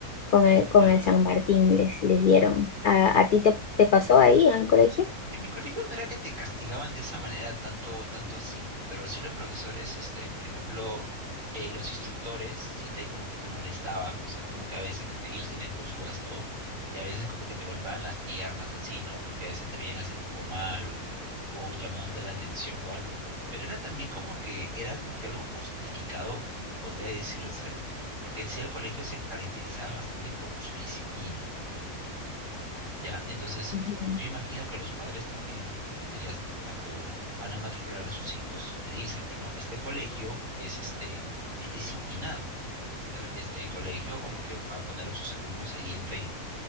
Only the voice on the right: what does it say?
¿Ya?
En mi colegio no era que te castigaban de esa manera tanto, tanto así, pero sí los profesores, este, por ejemplo, eh, los instructores, sí te como que te molestaban, o sea, como que a veces que te- ellos tenían con su bastón y a veces como que te golpeaban las piernas así, ¿no? Porque a veces te veían haciendo algo malo o llamándote la atención o algo. Pero era también como que, era como que algo justificado, podría decirse, porque en sí el colegio se caracterizaba bastante por su disciplina. Ya, entonces
yo imagino que los padres también, cuando ya, est- cuando van a matricular a sus hijos, le dicen, pues no, este colegio es este, es disciplinado. Este, este colegio como que va a poner a sus alumnos ahí en regla.